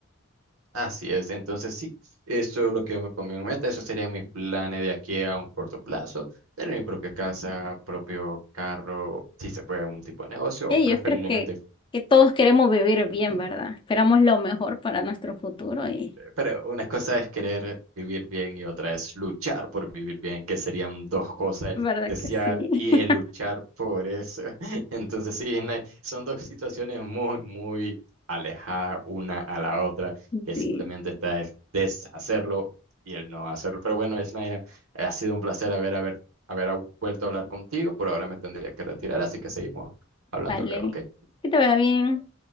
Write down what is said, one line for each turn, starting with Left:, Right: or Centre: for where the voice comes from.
Right: así es. Entonces, sí, eso es lo que yo me pongo en meta. Eso serían mis planes de aquí a un corto plazo. Tener mi propia casa, propio carro, si se puede, un tipo de negocio,
Left: eh,
Right: o preferiblemente.
Left: yo creo que, que todos queremos vivir bien,
Right: <laughs>
Left: ¿verdad? Esperamos lo mejor para nuestro futuro y
Right: Pero una cosa es querer vivir bien y otra es luchar por vivir bien, que serían dos cosas,
Left: ¿verdad
Right: el desear
Left: que sí?
Right: y
Left: <laughs>
Right: el luchar por eso. <laughs> Entonces sí, no hay- son dos situaciones muy, muy alejadas una a la otra, que
Left: Sí,
Right: simplemente está el deshacerlo y el no hacerlo. Pero bueno, Isnaya, ha sido un placer haber, haber, haber vuelto a hablar contigo. Por ahora me tendría que retirar, así que seguimos hablando
Left: vale.
Right: luego, ¿ok?
Left: Que te vaya bien.